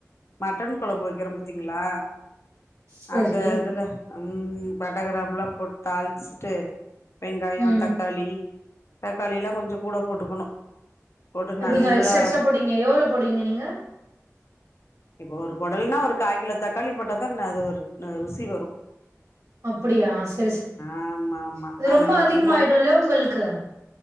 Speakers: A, on the left; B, on the right.
A: மட்டன் கொழம்பு வைக்கிறோ பாத்தீங்களா
B: சரி.
A: அந்த இதுல ம் பட்டகிரம்பெல்லா போட்டு தாளிச்சுட்டு வெங்காயோ
B: ம்.
A: தக்காளி தக்காளியெல்லா கொஞ்சோ கூட போட்டுக்கணு போட்டு
B: அது
A: நல்லா
B: கொஞ்சோ எக்ட்ரா எக்ஸ்ட்ரா போட்டீங்க எவ்ளோ போட்டீங்க நீங்க
A: இப்போ ஒரு கொடல்ன்னா ஒரு காயிக் கிலோ தக்காளி போட்டா தா அது ஒரு ருசி வரு
B: அப்பிடியா செரி செரி
A: ஆமா ஆமா
B: இது
A: அது
B: ரொம்ப
A: நல்லா
B: அதிகமாயிடுல்ல உங்களுக்கு